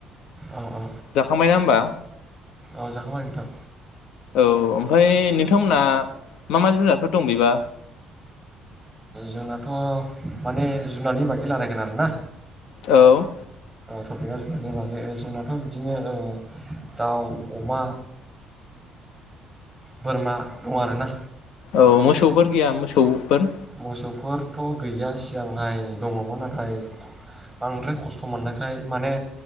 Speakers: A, in the centre; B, on the left.
A: औ औ
B: जाखांबायना होमबा
A: औ जाखांबाय नोंथां
B: औ ओमफ्राय नोंथांमोनहा मा मा जुनारफोर दं बेबा
A: जोंनाथ माने जुनारनि बागै रायलायगोन आरोना
B: औ
A: <unintelligible> जुनारनि बागै जोंनाथ बिदिनो दाउ अमा बोरमा दं आरोना
B: औ मोसौफोर <unintelligible>
A: मोसौफोरथ गैया सिगांहाय दङमोन नाथाय बांद्राय खस्थ मोननायखाय माने